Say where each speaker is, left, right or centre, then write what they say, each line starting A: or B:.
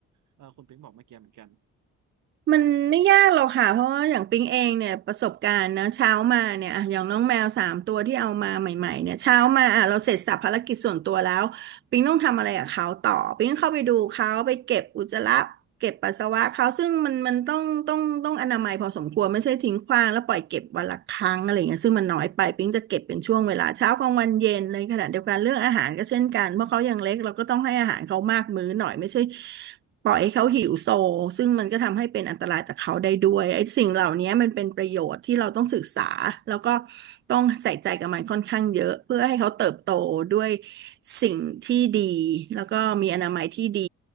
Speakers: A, on the right; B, on the right.
A: เออคุณปิ๊งบอกเมื่อกี้เหมือนกัน
B: มันไม่ยากหรอกค่ะเพราะว่าอย่างปิ๊งเองเนี่ยประสบการณ์นะเช้ามาเนี่ยอ่ะอย่างน้องแมวสามตัวที่เอามาใหม่ๆเนี่ยเช้ามาอ่ะเราเสร็จสรรพภารกิจส่วนตัวแล้วปิ๊งต้องทำอะไรกับเขาต่อปิ๊งเข้าไปดูเขาไปเก็บอุจจาระเก็บปัสสาวะเขาซึ่งมันมันต้องต้องต้องอนามัยพอสมควรไม่ใช่ทิ้งขว้างแล้วปล่อยเก็บวันละครั้งอะไรเงี้ยซึ่งมันน้อยไปปิ๊งจะเก็บเป็นช่วงเวลาเช้ากลางวันเย็นในขณะเดียวกันเรื่องอาหารก็เช่นกันเพราะเขายังเล็กเราก็ต้องให้อาหารเขามากมื้อหน่อยไม่ใช่ ปล่อยให้เขาหิวโซซึ่งมันก็ทำให้เป็นอันตรายต่อเขาได้ด้วยไอ้สิ่งเหล่านี้มันเป็นประโยชน์ที่เราต้องศึกษาแล้วก็ต้องใส่ใจกับมันค่อนข้างเยอะเพื่อให้เขาเติบโตด้วยสิ่งที่ดีแล้วก็มีอนามัยที่ดี